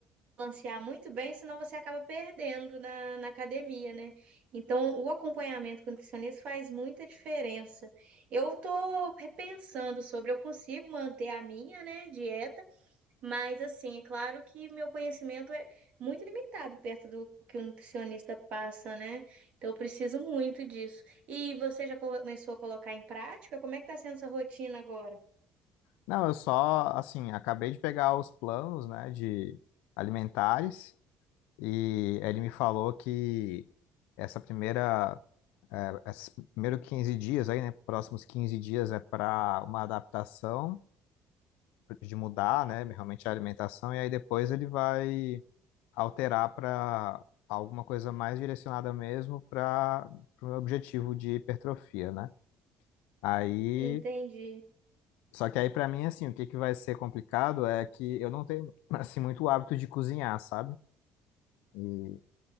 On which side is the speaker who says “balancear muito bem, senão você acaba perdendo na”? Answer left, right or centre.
Right